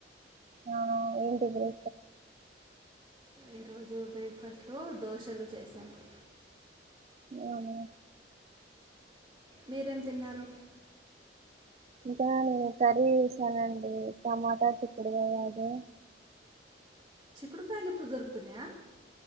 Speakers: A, on the right (about 40°); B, on the right (about 20°).
A: ఆ ఏంటి బ్రో
B: ఈరోజు బ్రేక్ఫాస్ట్ లో దోశలు చేశాను.
A: అవును
B: మీరేం తిన్నారు?
A: ఇంకా నేను కర్రీ చేసానండి టమాటా చిక్కుడుగాయ అది
B: చిక్కుడుకాయలు ఇప్పుడు దొరుకుతున్నాయా?